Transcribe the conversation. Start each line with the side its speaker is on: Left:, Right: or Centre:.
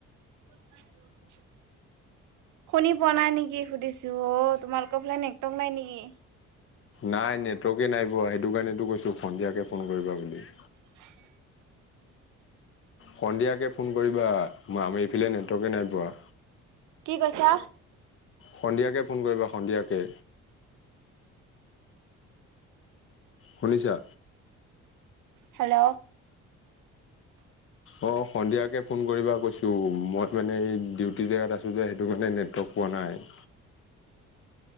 Right: <unintelligible> শুনি পোৱা নাই নেকি সুধিছো অ', তোমালোকৰ ফালে নেটৱৰ্ক নাই নেকি?
Left: নাই নেটৱৰ্কে নাই পোৱা, সেইটো কাৰণে কৈছো সন্ধিয়াকে ফোন কৰিবা বুলি।
Right: হয় <unintelligible>
Left: সন্ধিয়াকৈ ফোন কৰিবা, আমি এইফালে নেটৱৰ্কে নাই পোৱা।
Right: কি কৈছা?
Left: সন্ধিয়াকে ফোন কৰিবা সন্ধিয়াকে। শুনিছা?
Right: হেল্ল'?
Left: অ' সন্ধিয়াকে ফোন কৰিবা কৈছো মই মানে ডিউটি জেগাত আছো। টো যে সেইটো কাৰণে নেটৱৰ্ক পোৱা নাই।